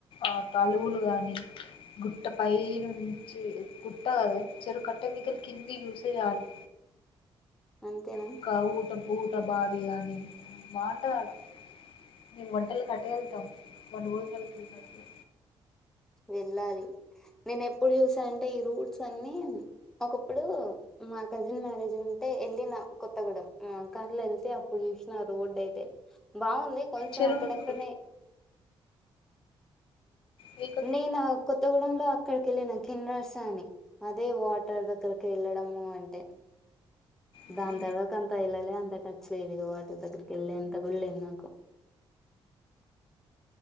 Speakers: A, on the left; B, in the centre.
A: ఆ తలువులు గాని గుట్ట పై నుంచి గుట్ట చెరువు కట్ట మీదా కెళ్ళి కిందికి చూస్తే చాలు.
B: అంతేనా?
A: ఒక ఊట ఊట బావి అని బావుంటది ఆడ, మేము వంటలు కటే వెళ్తాం. వనభోజనాలకి వెళ్ళినప్పుడు
B: వెళ్ళాలి నేను ఎప్పుడు చూసా అంటేఈ రూట్స్ అన్ని, ఒకప్పుడు మా కజిన్ మ్యారేజ్ ఉంటే వెళ్ళిన కొత్తగూడెం మ్మ్ కార్లో వెళ్తే అప్పుడు చూసినా రోడ్డు అయితే బావుంది. కొంచెం
A: చెరువు
B: అక్కడక్కడనే
A: ఉంది మీకు
B: నేనా కొత్తగూడెంలో లో అక్కడికి వెళ్ళిన కిన్న్రాస అని, అదే వాటర్ దగ్గరకి వెళ్ళడము అంటే
A: ఉహు
B: దాని తర్వాక అంత వెళ్ళాలే అంత టచ్ లేదు. ఇగ వాటర్ దగ్గరికి వెళ్ళేంత కూడా లేదు నాకు.